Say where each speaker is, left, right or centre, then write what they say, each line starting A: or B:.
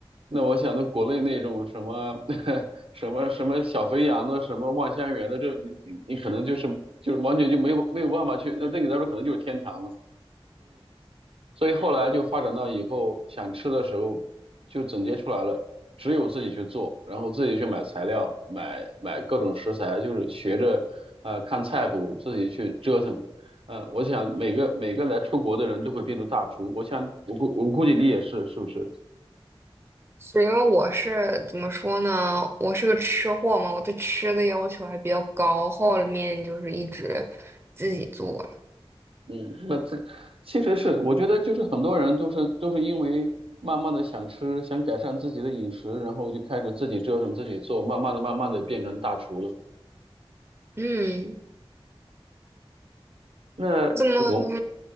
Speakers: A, on the right; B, on the right.
A: 那我想，那国内那种什么 <laughs> 什么什么小肥羊的，什么望香园的，这你你你可能就是就是完全就没有没有办法去，那对你来说可能就是天堂了。所以后来就发展到以后想吃的时候，就总结出来了，只有自己去做，然后自己去买材料，买买各种食材，就是学着呃看菜谱自己去折腾。呃，我想每个每个来出国的人都会变成大厨，我想我估我估计你也是，是不是？
B: 是因为我是怎么说呢？我是个吃货嘛，我对吃的要求还比较高，后面就是一直自己做了。
A: 嗯，那这其实是我觉得就是很多人都是都是因为慢慢的想吃，想改善自己的饮食，然后就开始自己折腾自己做，慢慢的慢慢的变成大厨了。
B: 嗯，
A: 那我
B: 怎么？